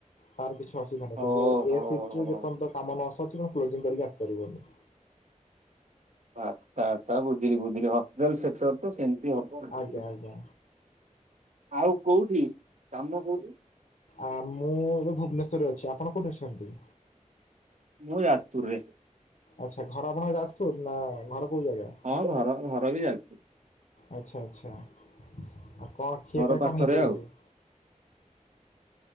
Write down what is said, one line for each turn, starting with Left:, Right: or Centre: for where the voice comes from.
Left: ତାର କିଛି ଅସୁିଧା ନାହିଁ କିନ୍ତୁ
Right: ଓହୋ।
Left: ଏ ଶିଫ୍ଟ ରେ ପର୍ଯ୍ୟନ୍ତ କାମ ନ ସରିଛି ତମେ କ୍ଲୋଜିଂ କରିକି ଆସିପାରିବନି।
Right: ଆଚ୍ଛା ଆଛା ବୁଝିଲି ବୁଝିଲି ହସ୍ପିଟାଲ ସେକ୍ଟର ତ ସେମିତି ହବ।
Left: କି ଆଜ୍ଞା।
Right: ଆଉ କୋଉଠି କାମ କୋଉଠି?
Left: ଆ ମୁଁ ଏବେ ଭୁବନେଶ୍ୱରରେ ଅଛି ଆପଣ କୋଉଠି ଅଛନ୍ତି?
Right: ମୁଁ ଯାଜପୁରରେ।
Left: ଆଚ୍ଛା ଘର ଆପଣଙ୍କର ଯାଜପୁର ନା ଘର କୋଉ ଜାଗା।
Right: ହଁ ଘର ଘର ବି ଯାଜପୁର।
Left: ଆଛା ଆଛା ଆଉ କଣ ଖିଆପିଆ
Right: ଘର ପାଖରେ
Left: କଣ ହେଇଛି
Right: ଆଉ।
Left: ଆଜି?